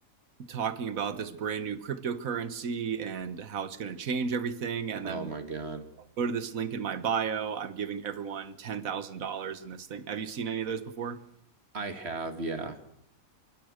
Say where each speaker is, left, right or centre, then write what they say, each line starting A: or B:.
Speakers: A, on the right; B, on the right.
A: talking about this brand new cryptocurrency and how it's going to change everything and
B: Oh
A: then
B: my God.
A: go to this link in my bio i'm giving everyone $10000 in this thing have you seen any of those before
B: I have, yeah.